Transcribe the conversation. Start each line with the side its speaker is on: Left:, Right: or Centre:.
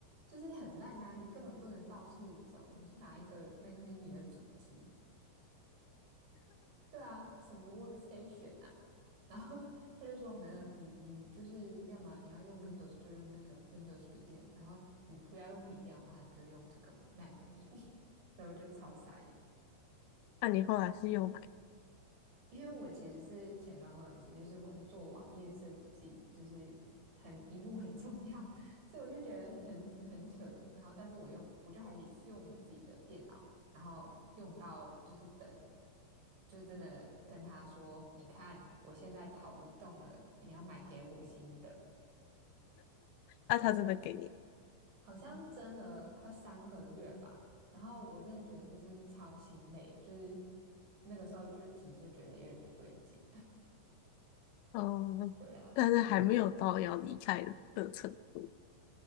Right: 就是很烂啊，你根本不能到处走，你就拿一个 Mac mini 的主机，对啊，什么 workstation 啊？然后他就说没有，你你就是要么你要用 Windows 就用那个 Windows 笔电，然后你不要用笔电的话，你就用这个 Mac mini。<laughs> 然后我就超傻眼。
Left: <laughs> 那、你后来是又买？
Right: 因为我其实是前端工程师，就是我是做网页设计，就是很一幕很重要，<laughs> 所以我就觉得很很扯。然后，但是我用我就还是用我自己的电脑，然后用到就是等，就是真的跟他说，你看我现在跑不动了，你要买给我新的，
Left: 那、
Right: 对啊，
Left: 他真的给你？
Right: 好像真了快三个月吧。然后我真的觉得就是超心累，就是那个时候就其实就觉得有点不对劲，
Left: 哦，
Right: <laughs> 对啊。
Left: 但是还没有到要离开的程度，